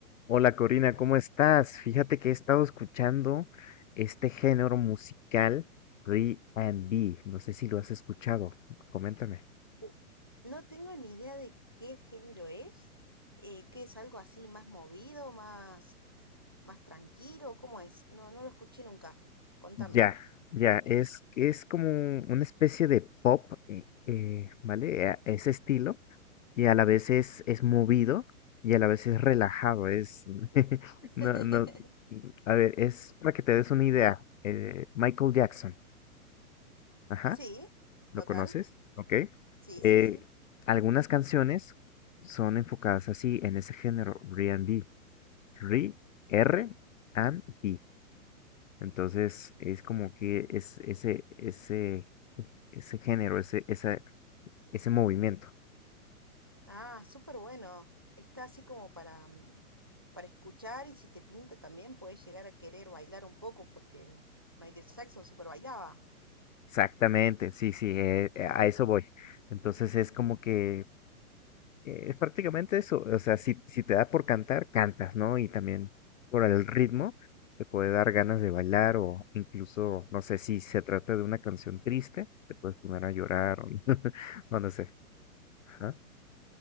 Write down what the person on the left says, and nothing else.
Hola Corina, ¿cómo estás? Fíjate que he estado escuchando este género musical R&B. No sé si lo has escuchado. Coméntame.
Ya, ya, es, es como una especie de pop, eh, eh, ¿vale? A- Ese estilo. Y a la vez es, es movido y a la vez es relajado. Es, <laughs>
no, no, a ver, es para que te des una idea. eh, Michael Jackson. Ajá.
¿Lo
conoces? Ok.
Eh,
algunas canciones son enfocadas así en ese género, R and B, R, R and B. Entonces es como que es ese, ese, ese género, ese, esa, ese movimiento.
Exactamente, sí, sí, eh, eh, a eso voy. Entonces es como que Eh, es prácticamente eso. O sea, si, si te da por cantar, cantas, ¿no? Y también por el ritmo te puede dar ganas de bailar o incluso, no sé, si se trata de una canción triste, te puedes poner a llorar o <laughs> no, no sé. ajá.